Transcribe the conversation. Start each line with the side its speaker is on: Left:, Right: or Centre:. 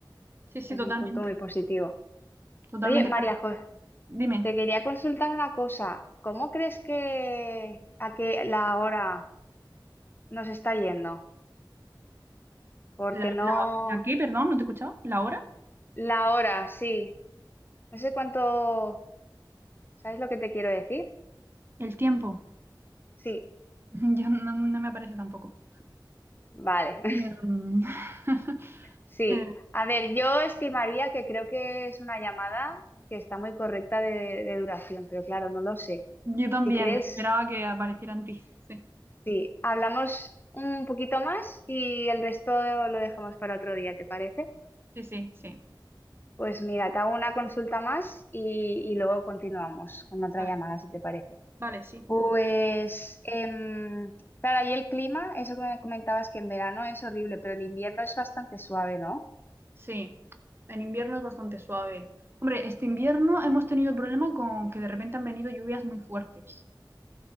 Right: sí, sí,
Left: es
Right: totalmente,
Left: un punto muy positivo.
Right: totalmente.
Left: Oye, María
Right: claro.
Left: José,
Right: Dime,
Left: te quería consultar una cosa. ¿Cómo crees que a qué la hora nos está yendo? Porque
Right: ¿la,
Left: no...
Right: la, la qué, perdón, no te he escuchado? ¿La hora?
Left: La hora, sí. No sé cuánto, ¿sabes lo que te quiero decir?
Right: ¿El tiempo?
Left: Sí,
Right: <laughs> Yo no, no me aparece tampoco.
Left: vale, <laughs>
Right: Y, em, <laughs>
Left: sí.
Right: eh,
Left: A ver, yo estimaría que creo que es una llamada que está muy correcta de, de duración, pero claro, no lo sé.
Right: yo también
Left: Si quieres,
Right: esperaba que aparecieran ti. Sí,
Left: sí, hablamos un poquito más y el resto lo dejamos para otro día, ¿te parece?
Right: sí, sí, sí.
Left: Pues mira, te hago una consulta más y, y luego continuamos con otra
Right: Vale,
Left: llamada, si te parece.
Right: vale, sí.
Left: Pues, em, claro, ahí el clima, eso que me comentabas que en verano es horrible, pero el invierno es bastante suave, ¿no?
Right: Sí, en invierno es bastante suave. Hombre, este invierno hemos tenido problema con que de repente han venido lluvias muy fuertes.